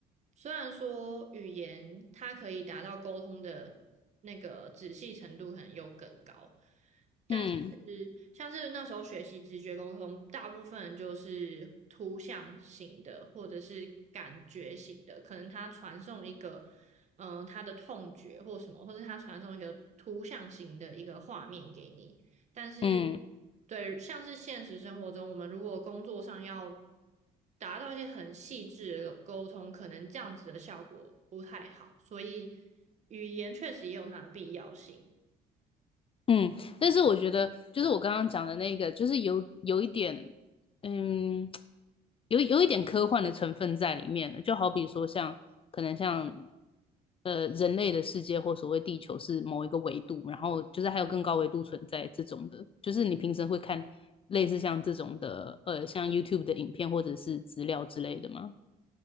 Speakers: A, on the right; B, on the left.
A: 虽然说语言它可以达到沟通的那个仔细程度可能又更高，但是
B: 嗯
A: 像是那时候学习直觉沟通，大部分就是图像型的或者是感觉型的，可能他传送一个嗯、呃他的痛觉或什么，或者他传送一个图像型的一个画面给你。但是，
B: 嗯。
A: 对，像是现实生活中，我们如果工作上要达到一些很细致的沟通，可能这样子的效果不太好，所以语言确实也有它的必要性。
B: 嗯，但是我觉得，就是我刚刚讲的那个，就是有有一点，嗯，有有一点科幻的成分在里面了。就好比说像，可能像，呃，人类的世界或所谓地球是某一个维度，然后就是还有更高维度存在这种的，就是你平时会看类似像这种的，呃，像 YouTube 的影片或者是资料之类的吗？